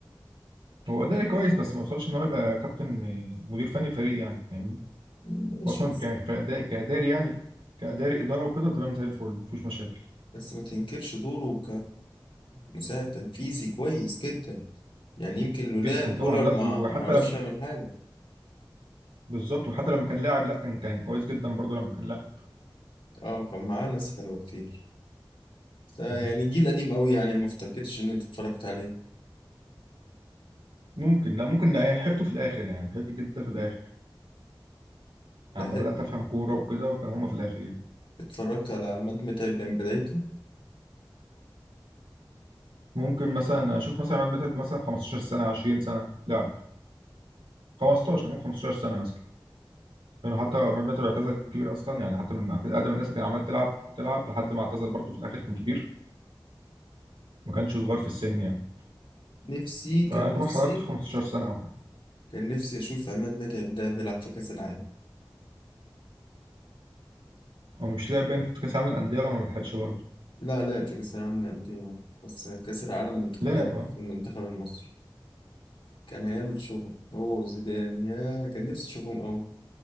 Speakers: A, on the right; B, on the left.
A: هو ده كويس بس ما وصلش ان هو يبقى كابتن آه، مدير فني فريق يعني فاهمني
B: ماشي
A: هو اصلا
B: بس
A: ك- كأدا- كاداري يعني كاداري اداره وكده تمام زي الفل مفيش مشاكل
B: بس ما تنكرش دوره كمساعد تنفيذي كويس جدا يعني يمكن لولا
A: جدا
B: كولر
A: طبعا لا
B: ما
A: وحتى
B: عرفش
A: لما
B: يعمل حاجة
A: بالظبط وحتى لما كان لاعب لا كان كان كويس جدا برضه لما كان لاعب
B: اه كان معاه ناس حلوة كتير بس يعني
A: مهم.
B: جيل قديم قوي يعني ما افتكرش إن أنت اتفرجت عليه
A: ممكن لا ممكن لا حيته في الاخر يعني حيته جدا في الاخر يعني
B: لحقت
A: لما بدات افهم كوره وكده وكان هما في الاخر يعني
B: اتفرجت على عماد متعب من بدايته
A: ممكن مثلا شفت مثلا عماد متعب مثلا 15 سنه 20 سنه لاعب 15 ممكن 15 سنه مثلا لانه حتى عماد متعب اعتزل كبير اصلا يعني حتى من اقدم الناس اللي كان عمال تلعب تلعب لحد ما اعتزل برضه في الاخر كان كبير ما كانش صغير في السن يعني
B: نفسي كان
A: فيعتبر
B: نفسي
A: حضرت في 15 سنه او حاجه
B: كان نفسي أشوف عماد متعب ده بيلعب في كأس العالم
A: هو مش لاعب باين في كاس العالم للانديه وما بيلحقش برضه
B: لا لعب في كأس العالم للأندية بس كأس العالم منتخبات
A: لاعب
B: بقى،
A: آه.
B: في المنتخب المصري كان هيعمل شغل هو وزيدان يا كان نفسي أشوفهم أوي